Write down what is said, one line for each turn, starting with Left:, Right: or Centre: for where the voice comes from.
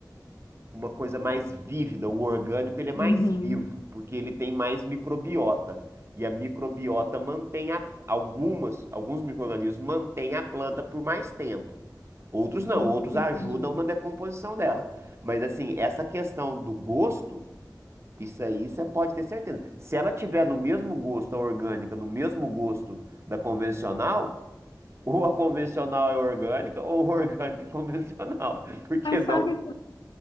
Right: uma coisa mais vívida, o orgânico ele é mais
Left: uhum,
Right: vivo, porque ele tem mais microbiota. E a microbiota mantém a, algumas, alguns micro-organismos mantêm a planta por mais tempo. Outros não,
Left: entendi.
Right: outros ajudam na decomposição dela. Mas assim, essa questão do gosto, isso aí você pode ter certeza. Se ela tiver no mesmo gosto a orgânica, no mesmo gosto da convencional, ou a convencional é orgânica, ou a orgânica é convencional. <laughs> Porque
Left: Mas
Right: não,
Left: sabe